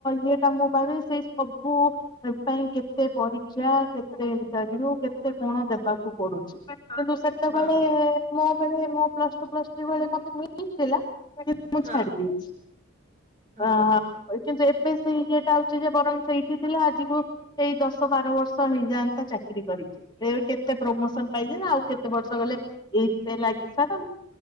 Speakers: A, on the left; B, on the right.
A: ଇଏଟା ମୁଁ ଭାବ ସେଇ ସବୁ ପାଇଁ କେତେ ପରୀକ୍ଷା କେତେ ଇଣ୍ଟରଭି୍ୟୁ କେତେ କଣ ଦେବାକୁ ପଡୁଛି କିନ୍ତୁ ସେ ସେତେବେଳେ
B: ହଁ
A: ମୋ ସେତେବେଳେ ମ ପ୍ଲସ୍ ଟୁ ପ୍ଲସ୍ ଥ୍ରି ବେଳେ ମତେ ମିଳିଥିଲା। ମୁଁ
B: ହଁ
A: ଛାଡି ଦେଇଚି
B: ହଁ
A: ଅ କିନ୍ତୁ ଏ ଏବେ ସେଇ ଇଏଟା ଆଉଚିଯେ ବରଂ ସେଇଠି ଥିଲା ଆଜିକୁ ଏଇ ଦଶ ବାର ବର୍ଷ ହେଇଯାଆନ୍ତା ଚାକିରି କରିଚି। ଏ କେତେ ପ୍ରମୋସନ ପାଇ ଏରା ଆଉ କେ କେତେ ବର୍ଷ ଗଲେ ଏଇଥିରେ ଲାଗିସାର